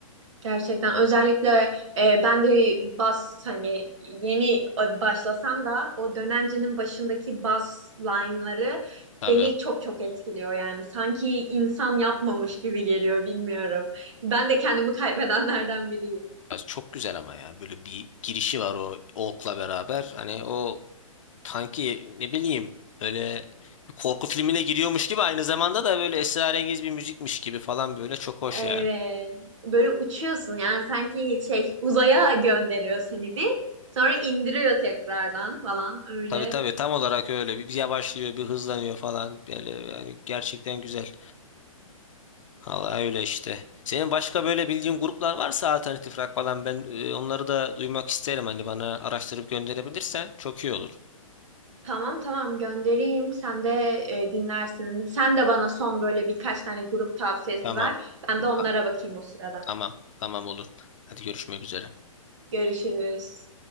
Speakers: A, on the right; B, on the left.
A: Gerçekten özellikle e, ben de bas hani yeni e, başlasam da o dönencenin başındaki bas line'ları
B: Tabii.
A: beni çok çok etkiliyor yani. Sanki insan yapmamış gibi geliyor bilmiyorum. Ben de kendimi kaybedenlerden biriyim.
B: Ya Çok güzel ama ya böyle bir girişi var o Oak'la beraber hani o sanki ne bileyim böyle bir korku filmine giriyormuş gibi aynı zamanda da böyle esrarengiz bir müzikmiş gibi falan böyle çok hoş
A: Evet.
B: yani.
A: Böyle uçuyorsun yani sanki şey uzaya gönderiyor seni bir sonra indiriyor tekrardan falan öyle
B: Tabii tabii tam olarak öyle bir, bir yavaşlıyor bir hızlanıyor falan böyle yani gerçekten güzel. Vallahi öyle işte. Senin başka böyle bildiğin gruplar varsa alternatif rock falan ben e, onları da duymak isterim hani bana araştırıp gönderebilirsen çok iyi olur.
A: Tamam tamam göndereyim. Sen de e, dinlersin. Sen de bana son böyle birkaç tane grup tavsiyesi
B: Tamam
A: ver. Ben de onlara
B: tamam
A: bakayım o sırada.
B: tamam Tamam, olur. Hadi görüşmek üzere.
A: Görüşürüz.